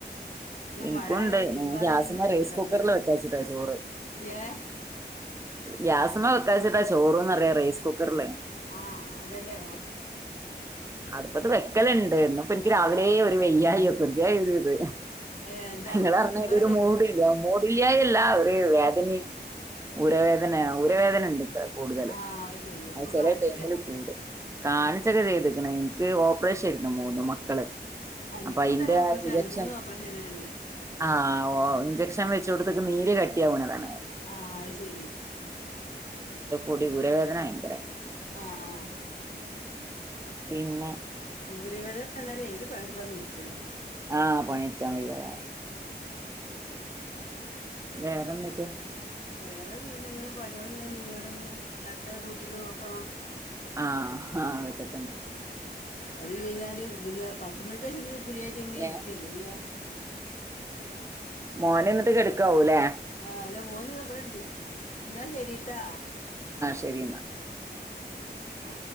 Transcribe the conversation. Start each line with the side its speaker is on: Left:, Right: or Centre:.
Left: ഇപ്പൊ
Right: എനിക്കൂണ്ട്
Left: മഴയായ കാരണം തിരുമ്പാള്ളത്
Right: ഗ്യാസുമ്മേ
Left: ഇനി മിഷീനിലിടാച്ചിട്ടാ
Right: റൈസ് കുക്കറില് വെക്കാച്ചിട്ടാ ചോറ്
Left: ഏഹ്
Right: ഗ്യാസ്മ്മ വെക്കാച്ചിട്ടാ ചോറുന്ന് പറയാ റൈസ് കുക്കറിലേ
Left: ആ അതലേ
Right: അടുപ്പത്ത് വെക്കല്ണ്ട് ഇന്ന് ഇപ്പോ എനിക്ക് രാവിലെ ഒരു വയ്യായൊക്കെ ഒരു ഇത്
Left: ഏഹ് എന്താ
Right: നിങ്ങൾ
Left: ഷുഗ
Right: പറഞ്ഞാ
Left: ഷുഗർ
Right: ഇതൊരു
Left: എന്തേലും
Right: മൂടില്ല
Left: ഉണ്ടോ
Right: മൂടില്ലായല്ല ഒരു വേദനയും ഊരവേദനയാ ഉരവേദന ഉണ്ട് കൂടുതൽ
Left: ആഹ് ശെരി
Right: അത്
Left: അപ്പൊ
Right: ചെല
Left: കാണിച്ചില്ല
Right: ടൈമിൽ കൂടും കാണിച്ച് ചെയ്ത്ക്കണ് എനിക്ക് ഓപ്പറേഷനേര്ന്ന് മൂന്ന് മക്കള്
Left: ആഹ്
Right: അപ്പൊ
Left: നിക്കും
Right: അയിന്റെ
Left: തന്നെ ഓപ്പറേഷനാണ്
Right: ഇഞ്ചക്ഷൻ
Left: മൂന്നും ഓപ്പറേഷനെന്നെ
Right: ആ ഓ ഇഞ്ചക്ഷൻ വെച്ചോട്ത്ത് നീര് കട്ടിയാവുന്നതാണ്
Left: ആ അത്ശരി
Right: ഊരവേദന ഭയങ്കരെ
Left: ആ ആ
Right: പിന്നെ
Left: ഊരവേദന വന്നാലേ ഒര് പണി എടുക്കാൻ വെയിക്കൂല
Right: ആ പണിയെടുക്കാൻ വയ്യ അതാ വേറെന്തൊക്കെ?
Left: വേറെ പിന്നെ എന്താ ഇങ്ങനെ പണി യോളിങ്ങനെ നീങ്ങണഞ്ഞ് ഇനി അടുത്ത ഡ്യൂട്ടിക്ക് നോക്കണോ
Right: ആ ആ അതൊക്കെ തന്നെ
Left: അത് കഴിഞ്ഞാല് പിന്നെ പത്ത് മണിക്ക് ശേഷം പിന്നെ ഫ്രീ ആയിട്ട് ഇങ്ങനെ
Right: ഏ
Left: ഇരിക്കല്ലേ ചെയ്യാ
Right: മോനെ എന്നിട്ട് കെടക്കാവൂല്ലേ
Left: ആഹ് അല്ലാ മോന് ദാവിടെ ഇണ്ട് എന്നാ ശെരിട്ടാ
Right: ശരിന്നാ
Left: ആ ആ